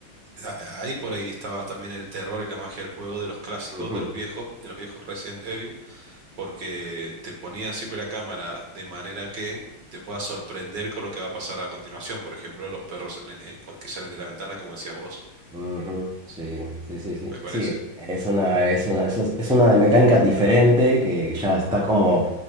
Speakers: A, on the right; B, in the centre.
A: a- ahí por ahí estaba también el terror y la magia del juego de los clásicos,
B: ujú,
A: de los viejos, de los viejos Resident Evil porque te ponía siempre la cámara de manera que te puedas sorprender con lo que va a pasar a continuación. Por ejemplo, los perros en- eh, con- que salen de la ventana, como decías vos,
B: ujú, Sí, sí, sí, sí.
A: me parece.
B: Sí, es una, es una, es es una de mecánica diferente que ya está como...